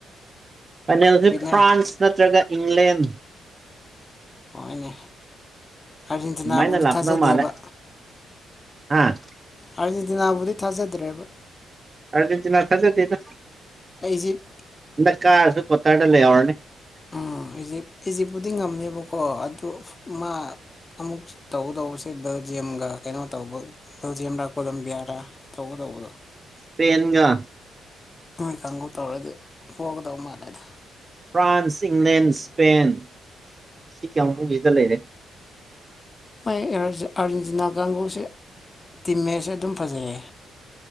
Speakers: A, on the right; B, on the left.
A: ꯑꯅꯦꯛ ꯍꯧꯖꯤꯛ
B: ꯋꯤꯟꯅꯔ
A: ꯐ꯭ꯔꯥꯟꯁ ꯅꯠꯇ꯭ꯔꯒ ꯏꯪꯂꯦꯟ
B: ꯍꯣꯏꯅꯦ ꯑꯥꯔꯖꯦꯟꯇꯤꯅꯥꯕꯨꯗꯤ
A: ꯑꯗꯨꯃꯥꯏꯅ ꯂꯥꯛꯀꯗꯧ
B: ꯊꯥꯖꯗꯦꯕ
A: ꯃꯥꯜꯂꯦ ꯍꯥ꯫
B: ꯑꯥꯔꯖꯦꯟꯇꯤꯅꯥꯕꯨꯗꯤ ꯊꯥꯖꯗ꯭ꯔꯦꯕ
A: ꯑꯔꯖꯦꯟꯇꯤꯅꯥ ꯊꯖꯗꯦꯅ
B: ꯑꯩꯖꯤꯞ꯫
A: ꯍꯟꯗꯛ ꯀꯥꯔꯁꯨ ꯀꯣꯇꯔꯗ ꯂꯩꯍꯧꯔꯅꯤ
B: ꯎꯝ ꯏꯞ ꯏꯖꯤꯞꯄꯨꯗꯤ ꯉꯝꯅꯦꯕꯀꯣ ꯑꯗꯨ ꯃꯥ ꯑꯃꯨꯛ ꯇꯧꯗꯧꯕꯁꯤ ꯕꯦꯜꯖꯤꯌꯝꯒ ꯀꯩꯅꯣ ꯇꯧꯕ꯫ ꯂꯧꯖꯂ ꯀꯣꯂꯝꯕꯤꯌꯥꯔꯥ ꯇꯧꯕꯒ ꯇꯧꯕꯗꯣ
A: ꯄꯦꯟꯒꯥ
B: ꯅꯣꯏ ꯀꯥꯡꯒ ꯇꯧꯔꯗꯤ ꯄꯣꯛꯒꯗꯧ ꯃꯥꯜꯂꯦꯗ
A: ꯐ꯭ꯔꯥꯟꯁ ꯏꯪꯂꯦꯟ ꯁ꯭ꯄꯦꯟ ꯁꯤ ꯀꯌꯥꯃꯨꯝꯁꯤꯗ ꯂꯩꯔꯦ
B: ꯍꯣꯏ ꯑꯥꯔꯖꯦꯟꯇꯤꯅꯥ ꯀꯥꯡꯒꯨꯁꯦ ꯇꯤꯝ ꯃꯦꯠꯁꯦ ꯑꯗꯨꯝ ꯐꯖꯩꯌꯦ꯫